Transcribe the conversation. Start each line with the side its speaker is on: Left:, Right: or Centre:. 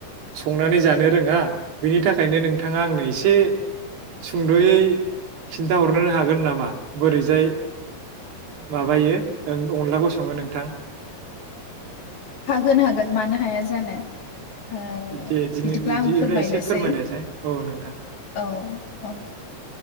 Right: संनानै जानो रोंङा बिनि थाखायनो नोंथाङा आंनो एसे सुंदयै खिन्थाहरनो हागोन नामा बोरैजाय माबायो अनलाखौं संङो नोंथां?
Left: हागोन हागोन मानो हाया जानो। ओ
Right: दे दिनैब्ला
Left: बिदिब्ला आं फोरमायनोसै
Right: एसे फोरमायनायसै औ नोंथां।
Left: औ औ